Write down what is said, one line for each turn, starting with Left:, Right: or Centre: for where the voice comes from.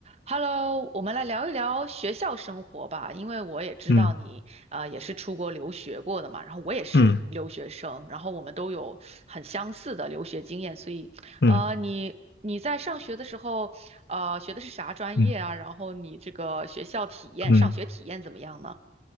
Right: Hello，我们来聊一聊学校生活吧，因为我也知道你呃也是出国留学过的嘛，
Left: 嗯
Right: 然后我也是留学生，
Left: 嗯
Right: 然后我们都有很相似的留学经验，所以呃你你在上学的时候呃学的是啥专业啊？
Left: 嗯嗯
Right: 然后你这个学校体验，
Left: 嗯，
Right: 上学体验怎么样呢？